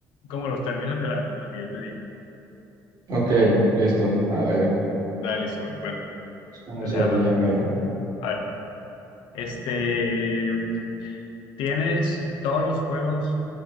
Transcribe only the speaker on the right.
Ok, listo. A ver.
¿Cómo
sería?
A ver.